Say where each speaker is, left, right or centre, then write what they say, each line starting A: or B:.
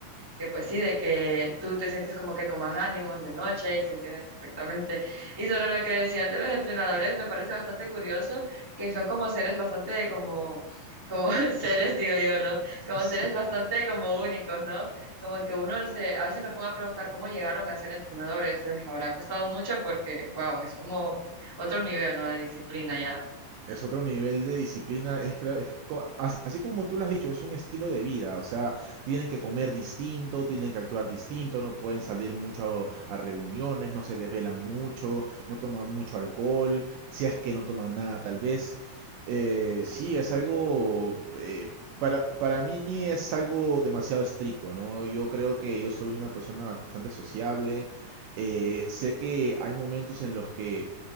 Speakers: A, on the right; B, on the right.
A: que pues sí, de que tú te sientes como que con más ánimos de noche y se entiende perfectamente. Y sobre lo que decías de los entrenadores, me parece bastante curioso que son como seres bastante como, como <laughs> seres, digo yo, ¿no? Como
B: Es,
A: seres bastante como únicos, ¿no? Como que uno se, a veces me pongo a preguntar cómo llegaron a ser entrenadores, les habrá costado mucho porque, wow, es como otro nivel, ¿no? De disciplina ya.
B: es otro nivel de disciplina, es, que- es co- as- así como tú lo has dicho, es un estilo de vida, o sea, tienen que comer distinto, tienen que actuar distinto, no pueden salir mucho a, a reuniones, no se desvelan mucho, no toman mucho alcohol, si es que no toman nada tal vez. Eh, sí, es algo, eh, para, para mí es algo demasiado estricto, ¿no? Yo creo que yo soy una persona bastante sociable, eh, sé que hay momentos en los que